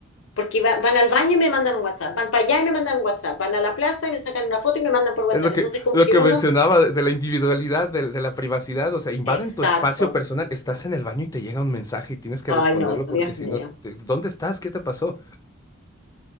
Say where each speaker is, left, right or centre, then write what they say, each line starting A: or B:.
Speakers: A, on the left (about 85°); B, on the left (about 20°).
A: porque va- van al baño y me mandan un WhatsApp, van para allá y me mandan un WhatsApp, van a la plaza y me sacan una foto y me mandan por WhatsApp.
B: Es lo que,
A: Entonces, como
B: lo
A: que
B: que
A: uno
B: mencionaba de de la individualidad, de, de la privacidad, o sea, invaden
A: Exacto.
B: tu espacio personal, estás en el baño y te llega un mensaje y tienes que
A: Ay,
B: responderlo
A: no,
B: porque
A: Dios
B: si
A: mío.
B: no, te- ¿dónde estás? ¿Qué te pasó?